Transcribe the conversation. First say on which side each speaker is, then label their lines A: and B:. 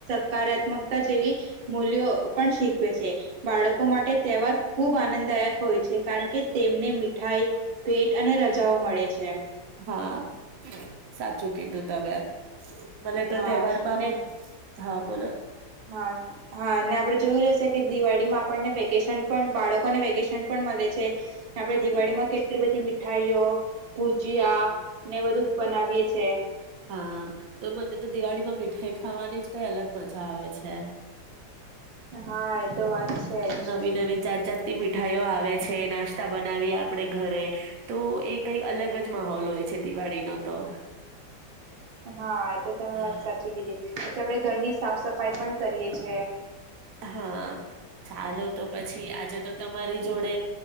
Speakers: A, on the right; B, on the right.
A: હકારાત્મકતા જેવી મૂલ્યો પણ શીખવે છે. બાળકો માટે તહેવાર ખૂબ આનંદદાયક હોય છે, કારણ કે તેમને મીઠાઈ ભેટ અને રજાઓ મળે છે.
B: હા, સાચું કીધું તમે. મને તો
A: હા
B: તહેવારમાં
A: ને
B: હા, બોલો.
A: હા, હા, અને આપડે જોયું જશે કે દિવાળીમાં આપણને વેકેશન પણ બાળકોને વેકેશન પણ મળે છે. આપડે દિવાળી માં કેટલી બધી મીઠાઈઓ, ભુજીયા ને બધું બનાવીએ છે.
B: હા, તો મને તો દિવાળી માં મીઠાઈ ખાવાની જ કંઈ અલગ મજા આવે છે. <unintelligible>
A: હા એ તો વાત છે જ
B: નવી નવી જાત જાત ની મીઠાઈઓ આવે છે. નાસ્તા બનાવીએ આપણેે ઘરે, તો એ કંઈક અલગ જ માહોલ હોય છે દિવાળીનો, તો
A: હા, એ તો તમે વાત
B: હા.
A: સાચી કીધી. પછી આપડે ઘરની સાફ- સફાઈ પણ કરીએ છે.
B: હા, ચાલો તો પછી આજે તો તમારી જોડે